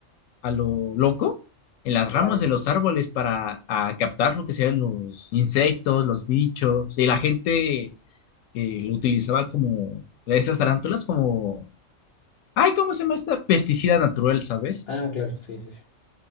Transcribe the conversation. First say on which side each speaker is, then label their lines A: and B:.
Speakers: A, on the left; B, on the left.
A: a lo loco, en las
B: Cuático.
A: ramas de los árboles para a captar lo que serían los insectos, los bichos, y la gente que lo utilizaba como esas tarántulas como Ay, ¿cómo se llama esta? Pesticida natural, ¿sabes?
B: Ah, claro, sí, sí, sí.